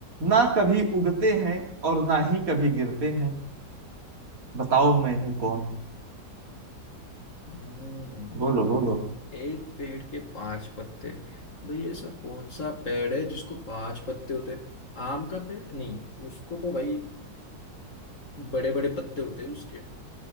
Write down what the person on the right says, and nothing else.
ना कभी उगते हैं और ना ही कभी गिरते हैं बताओ मैं हूं कौन
बोलो बोलो